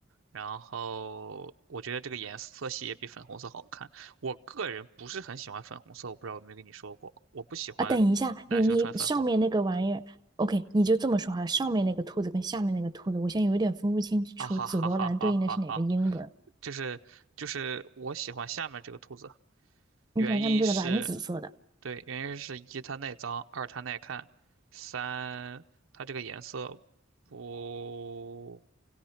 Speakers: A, on the right; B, on the right.
A: 然后我觉得这个颜色系也比粉红色好看。我个人不是很喜欢粉红色，我不知道有没有跟你说过，我不喜欢男生穿粉红。
B: 啊，等一下，你你上面那个玩意儿，OK，你就这么说哈，上面那个兔子跟下面那个兔子，我现在有点分不清楚紫罗兰对应的是哪个英文。
A: 啊哈哈哈哈哈哈！就是就是，我喜欢下面这个兔子，
B: 你看下面这个蓝紫色的，
A: 原因是对，原因是一它耐脏，二它耐看，三它这个颜色不